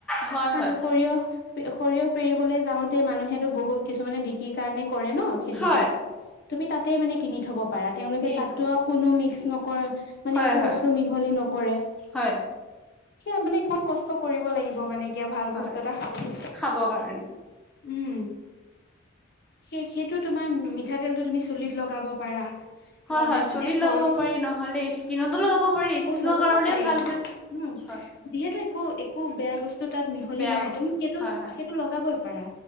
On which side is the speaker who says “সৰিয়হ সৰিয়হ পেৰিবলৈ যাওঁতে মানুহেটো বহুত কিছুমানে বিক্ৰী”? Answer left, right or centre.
Left